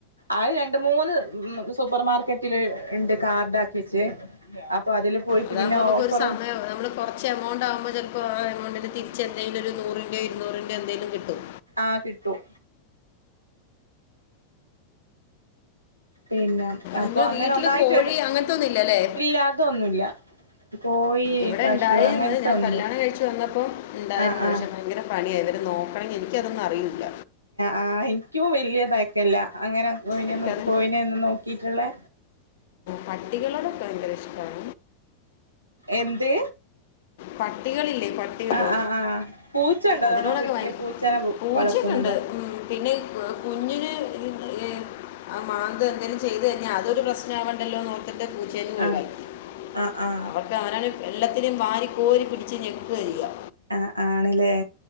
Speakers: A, on the right; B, on the left.
A: അത്‌ രണ്ട് മൂന്ന് സൂപ്പർ മാർക്കറ്റില് ഉണ്ട് കാർഡ് ആക്കി വച്ച് അപ്പൊ. അപ്പൊ അതില് പോയിട്ട്
B: അതാകുമ്പോൾ
A: പിന്നെ
B: നമുക്കൊരു
A: ഓഫറും.
B: സമയം നമ്മൾ കുറച്ച് എമൗണ്ട് ആകുമ്പോൾ ചിലപ്പോ ആഹ് കുറച്ച് എമൗണ്ട് ആവുമ്പം ചിലപ്പം തിരിച്ച് എന്തെങ്കിലും ഒരു നൂറിന്റെറെോ ഇരുന്നൂറിന്റെ എന്തെലും കിട്ടും.
A: ആഹ് കിട്ടും. പിന്നെ അപ്പൊ
B: നിങ്ങള്
A: അങ്ങനെ
B: വീട്ടില്
A: ഒന്നായിട്ട്
B: കോഴി അങ്ങനത്തൊന്നും ഇല്ല അല്ലേ.
A: ഇല്ല അതൊന്നുല്ല കോഴി
B: ഇവിടെ
A: പശു
B: ഇണ്ടായിരുന്ന്
A: അങ്ങനത്തെ
B: ഞാൻ
A: ഒന്നും
B: കല്യാണം കഴിച്ചു വന്നപ്പോ ഉണ്ടായിരുന്നു
A: ആ
B: പക്ഷെ
A: ആ
B: ഭയങ്കര പണിയാ ഇവരെ നോക്കണമെങ്കിൽ എനിക്ക് അതൊന്നും അറിയുല്ല.
A: ആഹ് എനിക്കും വലിയ തയക്കില്ല അങ്ങനെ കോയിനെ
B: എനിക്കത്
A: കോയിനെന്നും നോ ക്കീട്ടുള്ളേ.
B: പട്ടികളോടൊക്കെ ഉണ്ട് ഒരിഷ്ടം.
A: എന്ത്?
B: പട്ടികളില്ലേ പ ട്ടികള്
A: ആഹ് ആഹ് ആഹ് പൂച്ച ഉണ്ടോ
B: അതിനോടൊക്കെ
A: തവണ വീട്ടില്
B: ഭയ
A: പൂച്ചനെ
B: പൂച്ചക്കെണ്ട്
A: വളർത്തുന്നുണ്ടോ
B: ഉം പിന്നെ എഹ് കുഞ്ഞിന് എഹ് എഹ് അത് മാന്തെ എന്തേലും ചെയ്തയിഞ്ഞാ അതൊരു പ്രശ്നമാവണ്ടല്ലോന്നൊർ ത്ത്ട്ട് പൂച്ചേനിം ഒഴിവാക്കി.
A: ആഹ് ആഹ് ആഹ്
B: <unintelligible> ക്കവനാണെ എല്ലാത്തിനിം വാരി കോരി പിടിച്ച് ഞെക്കാ ചെയ്യാ.
A: ആഹ് ആണ്ല്ലേ